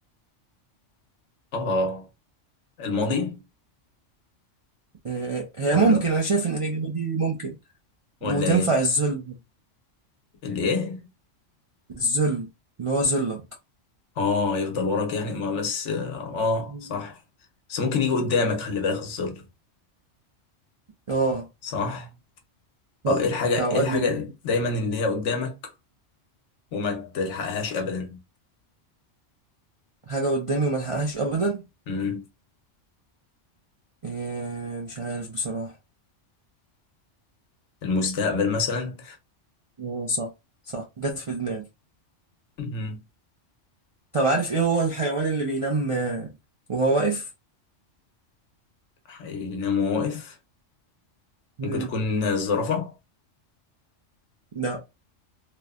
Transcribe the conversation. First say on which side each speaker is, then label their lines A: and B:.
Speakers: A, on the left; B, on the right.
A: اه الماضي
B: آه، هي
A: ولا
B: ممكن انا شايف ان الاجابة دي ممكن
A: ولا
B: وتنفع
A: ايه
B: الذل
A: اللي ايه
B: الذل اللي هو ذلك
A: اه يفضل وراك يعني ما بس اه آه،
B: مم.
A: صح بس ممكن يجي قدامك خلي بالك الظل
B: اه
A: صح طب
B: ده
A: ايه الحاجة
B: ده اوقات
A: ايه الحاجة
B: بيبقى
A: دايما اللي هي قدامك وما تلحقهاش ابدا
B: حاجة قدامي وملحقهاش ابدا
A: امم
B: إيه مش عارف بصراحة
A: المستقبل مثلا
B: هو صح صح جت في دماغي
A: امم
B: طب عارف ايه هو الحيوان اللي بينام آه، وهو واقف
A: حينام وهو واقف
B: مم.
A: ممكن تكون الزرافة
B: لا